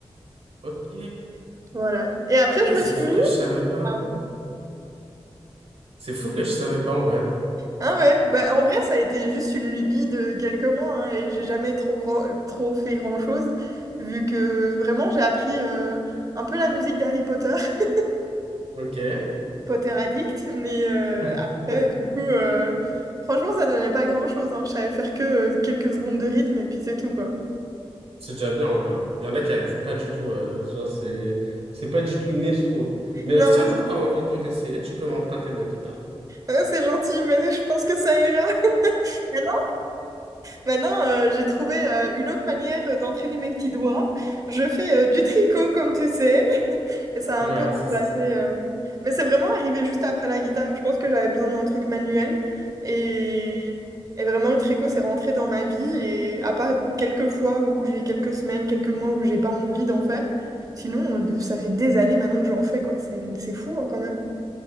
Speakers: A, on the right; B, on the right.
A: Ok.
B: Voilà. Et après,
A: Ça,
B: je me
A: c'est
B: suis
A: fou
B: mis...
A: que je savais pas.
B: Pardon.
A: C'est fou que je savais pas en vrai.
B: Ah ouais, bah en vrai, ça a été juste une lubie de quelques mois, hein, et j'ai jamais trop grand... trop fait grand-chose, vu que vraiment, j'ai appris euh, un peu la musique d'Harry Potter, <laughs>
A: Ok.
B: Potter Addict, mais euh,
A: <laughs>
B: après, du coup, euh, franchement, ça donnait pas grand-chose, hein. Je savais faire que euh, quelques secondes de rythme, et puis c'est tout, quoi.
A: C'est déjà bien, ouais. hein. Il y en a qui arrivent pas du tout. euh, genre, c'est c'est pas du tout inné, je trouve. Mais
B: Non,
A: euh, si un jour t'as envie de réessayer, tu peux m'emprunter ma guitare.
B: euh, c'est gentil, mais je pense que ça ira. <laughs> Maintenant, maintenant euh, j'ai trouvé euh, une autre manière euh, d'entraîner mes petits doigts. Je fais euh, du tricot, comme tu sais, et ça a
A: Ouais,
B: un peu remplacé.
A: ça c'est stylé.
B: euh, Mais c'est vraiment arrivé juste après la guitare. Je pense que j'avais besoin d'un truc manuel. Et... et vraiment, le tricot, c'est rentré dans ma vie. Et à part quelques fois où j'ai quelques semaines, quelques mois où j'ai pas envie d'en faire, sinon, euh, ça fait des années maintenant que j'en fais, quoi. C'est une- c'est fou, hein, quand même.